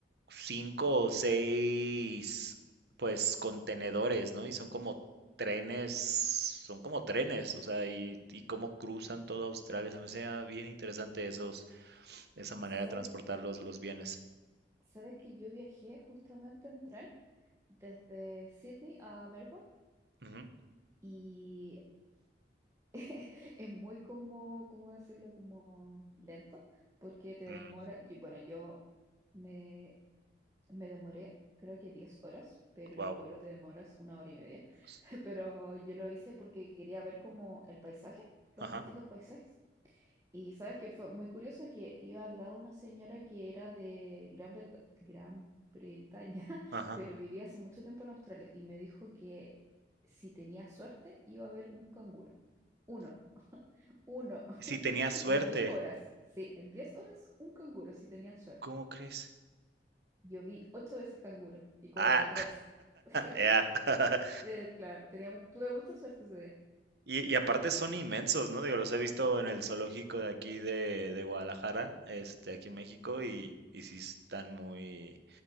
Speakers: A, on the right (about 65°); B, on the right (about 15°).
A: cinco o seis, pues contenedores, ¿no? Y son como trenes, son como trenes, o sea, y, y cómo cruzan toda Australia. Se me hacía bien interesante esos, esa manera de
B: ¿Sabes,
A: transportar los, los bienes.
B: sabes que yo viajé justamente en tren desde Sydney a Melbourne
A: Ujú.
B: y <laughs> es muy como, ¿cómo decirlo? Como lento, porque te demora,
A: Mm,
B: yo- bueno, yo me, me demoré creo que 10 horas, pero en
A: wow.
B: un vuelo te demoras una hora y media,
A: S-
B: <laughs> pero yo lo hice porque quería ver como el paisaje, los
A: Ajá,
B: distintos paisajes. Y sabes que fue muy curioso que iba al lado una señora que era de Gran Breta- Gran Bretaña, <laughs>
A: ajá.
B: pero vivía hace mucho tiempo en Australia y me dijo que si tenía suerte iba a haber un canguro. Uno, uno, <laughs>
A: Y si tenías suerte,
B: en 10 horas. Sí, en 10 horas un canguro si tenía suerte.
A: ¿cómo crees?
B: Yo vi ocho veces canguro y como
A: Ah,
B: de a tres. <laughs>
A: ya. <laughs>
B: Eh, claro, tenía, mu- tuve mucha suerte ese día.
A: Y, y aparte son inmensos, ¿no? Digo, los he visto en el zoológico de aquí de, de Guadalajara, este, aquí en México, y, y sí están muy,